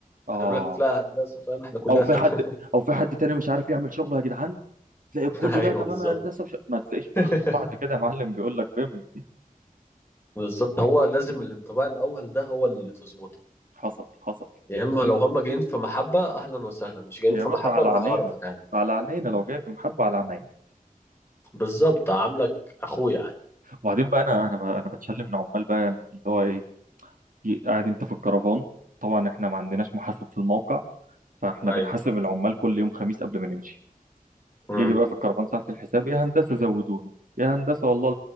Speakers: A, on the right; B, on the left.
A: اه
B: هيقول لك لا هندسه فاهم احنا كلنا
A: او في
B: فاهم.
A: حد او في حد تاني مش عارف يعمل شغله يا جدعان تلاقي كله
B: <laughs> ايوه
A: لا تمام
B: بالظبط
A: يا هندسه مش... ما تلاقيش
B: <laughs>
A: مخلوق بعد كده يا معلم بيقول لك بم
B: بالظبط هو لازم الانطباع الاول ده هو اللي تظبطه
A: حصل حصل
B: يا اما لو هما جايين في محبة اهلا وسهلا مش جايين
A: يا
B: في
A: باشا
B: محبة
A: على
B: انا
A: عينينا
B: هعرف اتعامل
A: على عينينا لو جاي في محبه على عينينا
B: بالظبط عاملك اخويا عادي
A: وبعدين بقى انا انا ب- انا بتشلم من عمال بقى اللي هو ايه ي- قاعد انت في الكرفان طبعا احنا ما عندناش محاسب في الموقع فاحنا
B: ايوه
A: بنحاسب
B: صح.
A: العمال كل يوم خميس قبل ما نمشي
B: امم
A: يجي بقى في الكرفان ساعة الحساب يا هندسة زودونا يا هندسة والله